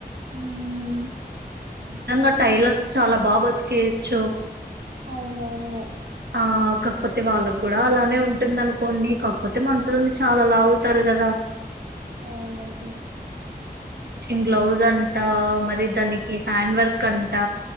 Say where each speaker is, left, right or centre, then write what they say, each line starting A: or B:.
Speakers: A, on the right; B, on the right.
A: ఉమ్మ్
B: నిజంగా టైలర్స్ చాలా బాగా బతికేయోచ్చు
A: అవునవును
B: ఆ కాకపోతే వాళ్ళ కూడా అలానే ఉంటుంది అనుకోండి కాకపోతే మనంతంది చాలా లాగుతారు కదా
A: అవునండి
B: మ్యాచింగ్ బ్లౌజ్ అంట మరి దానికి హ్యాండ్ వర్క్ అంట